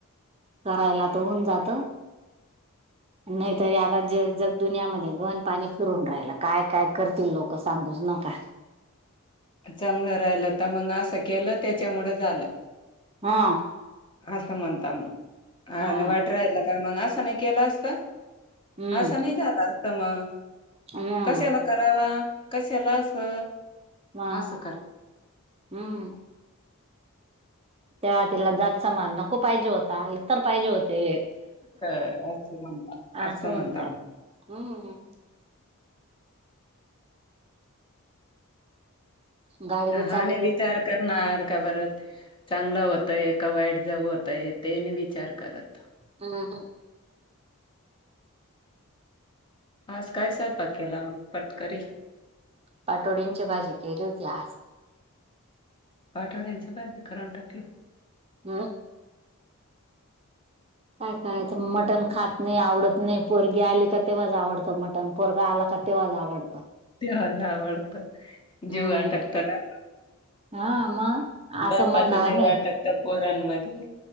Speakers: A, on the right; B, on the left.
A: करायला तर होऊन जातं. नाही तरी आता ज जगदुनियामध्ये गहन पाणी फिरून राहिलं, काय काय करतील लोक. सांगूच नका.
B: चांगलं राहिलं तर मग असं, केलं तेच्या मुळं झालं.
A: हा.
B: असं म्हणता मग आणि
A: हा
B: वाट राहिल का मग असं नाही केलं असत?
A: हम्म
B: असं नाही झालं असत मग,
A: हम्म
B: कशाला करावा कशाला असं?
A: हा
B: असं कर
A: हम्म. तेव्हा तिला जात समान नको पाहिजे होता, इतर पाहिजे होते.
B: तर असं म्हणतात
A: असं होऊन
B: म्हणतात
A: जात. हम्म हम्म. गाडी बी
B: हा
A: चालू
B: ने
A: दे
B: विचार करणार का परत. चांगलं होतंय काय वाईट जावं होतंय, ते नाही विचार करत.
A: अहं..
B: आज काय स्वयंपाक केला, मग पाटकरी.
A: पाटोडींची भाजी केली होती आज.
B: पाठवड्यांची भाजी करून टाकले.
A: हम्म. काय खायचं मटन खात नाही आवडत नाही, पोरगी आली का तेव्हाच आवडतं मटन. पण पोरगा आला का, तेव्हांच आवडतं.
B: तेला आवडत
A: हम्म
B: जीव अटकत ना.
A: हा मग असं
B: बापाच
A: म्हणणार
B: जीव
A: नाही
B: अटकत पोरांमध्ये.